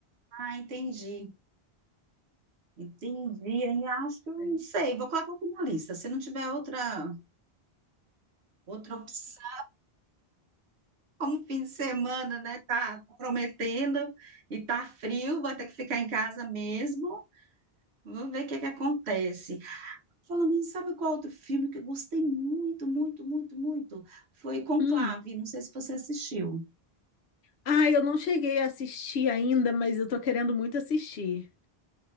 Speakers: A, on the right; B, on the left.
A: Ah, entendi, entendi. Aí acho que eu não
B: É.
A: sei, vou colocar aqui na lista. Se não tiver outra, outra opção, <laughs> como fim de semana, né? Tá prometendo e tá frio, vai ter que ficar em casa mesmo. Vou ver o que é que acontece. Falando nisso, sabe qual outro filme que eu gostei muito, muito, muito, muito? Foi Conclave,
B: Hum.
A: não sei se você assistiu.
B: Ah, eu não cheguei a assistir ainda, mas eu tô querendo muito assistir.